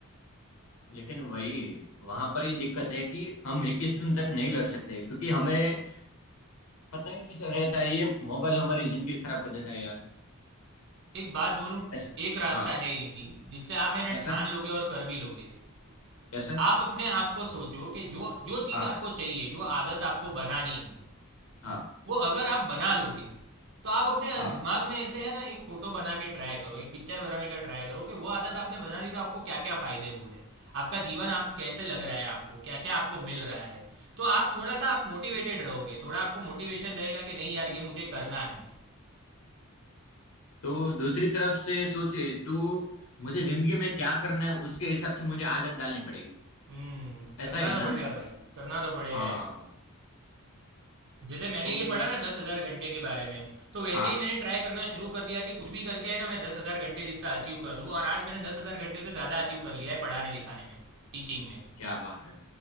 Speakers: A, on the left (about 65°); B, on the right (about 55°).
A: लेकिन वही वहां पर ये दिक्कत है कि हम 21 दिन तक नहीं लड़ सकते क्योंकि हमें पता ही नहीं चल रहता है, तो ये मोबाइल हमारी जिंदगी खराब कर देता है यार
B: एक बात बोलूं
A: ऐसे
B: एक रास्ता
A: हाँ
B: है इजी जिससे आप है
A: कैसे
B: ना ठान लोगे और कर भी लोगे
A: कैसे
B: आप अपने आप को सोचो कि जो जो चीज
A: हाँ
B: आपको चाहिए जो आदत आपको बनानी है
A: हाँ
B: वो अगर आप बना लोगे तो आप अपने
A: हाँ
B: दिमाग में ऐसे है ना एक फोटो बना के ट्राई करो एक पिक्चर बनाने का ट्राई करो कि वो आदत आपने बना ली तो आपको क्या क्या फायदे हुए आपका जीवन आप कैसे लग रहा है आपको क्या क्या आपको मिल रहा है तो आप थोड़ा सा आप मोटिवेटेड रहोगे थोड़ा आपको मोटिवेशन रहेगा कि नहीं यार ये मुझे करना है
A: तो दूसरी तरफ से सोचे तो मुझे जिंदगी में क्या करना है उसके हिसाब से मुझे आदत डालनी पड़ेगी
B: हम्म
A: ऐसा
B: करना
A: ही है
B: तो
A: ना
B: पड़ेगा भाई करना तो पड़ेगा
A: हाँ
B: ऐसे जैसे मैंने
A: तो
B: ये पढ़ा
A: उस
B: ना दस हजार घंटे के बारे में तो वैसे
A: हाँ
B: ही मैंने ट्राई करना शुरू कर दिया कि कुछ भी करके है ना मैं दस हजार घंटे जितना अचीव कर लूँ और आज मैंने दस हजार घंटे से ज़्यादा अचीव कर लिया है पढ़ाने लिखाने में टीचिंग में
A: क्या बात है